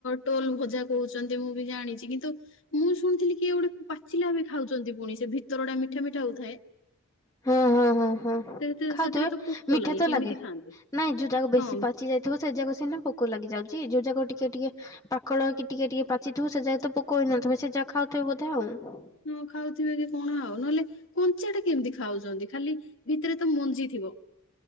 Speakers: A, on the left; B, on the left.
A: ଟୋଲ ଭଜା କହୁଛନ୍ତି ମୁଁ ବି ଜାଣିଛି। କିନ୍ତୁ। ମୁଁ ଶୁଣିଥିଲି କିଏ ଗୋଟେ ପାଚିଲା ଏବେ ଖାଉଛନ୍ତି ପୁଣି ସେ ଭିତର ଟା ମିଠା ମିଠା ହଉଥାଏ।
B: ହଁ ହଁ ହଁ। ହଁ
A: ସେ
B: ଖାଉଥିବେ
A: ସେଥିରେ ତ ପୋକ
B: ମିଠା ତ
A: କେମିତି
B: ଲାଗେ
A: ଖାଆନ୍ତି?
B: ନାଇଁ ଯୋଉ ଯାକ ବେଶୀ
A: ହଁ
B: ପାଚି ଯାଇଥିବ ସେ ଯାକ ସିନା ପୋକ ଲାଗି ଯାଉଛି ଯୋଉ ଯାାଗା ଟିକେ ଟିକେ ପାଖଳକ କି ଟିକେ ଟିକେ ପାଚିଥିବ ସେ ଯାକ ତ ପୋକ ହେଇନଥିବ ସେ ଯାଗା ଖାଉଥିବେ ବୋଧେ ଆଉ।
A: ହ ଖାଉଥିବେ କି କଣ ଆଉ ନହେଲେ କଞ୍ଚା ଟା କେମିତି ଖାଉଛନ୍ତି ଖାଲି ଭିତରେ ତ ମଞ୍ଜି ଥିବ।